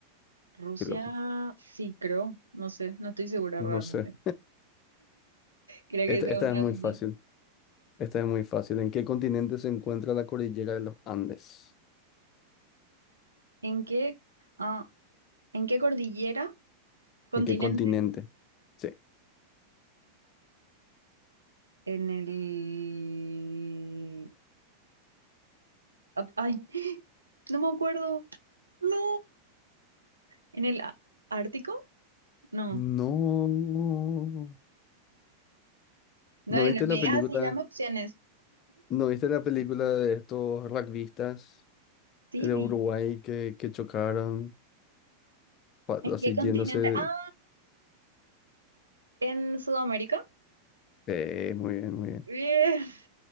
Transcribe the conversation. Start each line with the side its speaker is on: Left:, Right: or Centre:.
Right: Rusia,
Left: Qué loco.
Right: sí creo, no sé, no estoy segura
Left: No
Right: realmente.
Left: sé.
Right: Creo
Left: Esta,
Right: que sea
Left: esta
Right: una
Left: es muy fácil.
Right: duda.
Left: Esta es muy fácil. ¿En qué continente se encuentra la cordillera de los Andes?
Right: ¿En qué, ah, ¿en qué cordillera? Continente.
Left: ¿En qué continente? Sí.
Right: En el... ap- Ay, no me acuerdo. No. ¿En el A- Ártico? No.
Left: No.
Right: No,
Left: ¿No viste
Right: no me
Left: la película?
Right: digas así, dame opciones.
Left: ¿No viste la película de estos rugbyistas
Right: Sí,
Left: de
Right: vi.
Left: Uruguay que, que chocaron? pa-
Right: ¿En
Left: Así
Right: qué continente?
Left: yéndose.
Right: Ah, en Sudamérica.
Left: Eh, muy bien, muy bien.
Right: Bien. <laughs>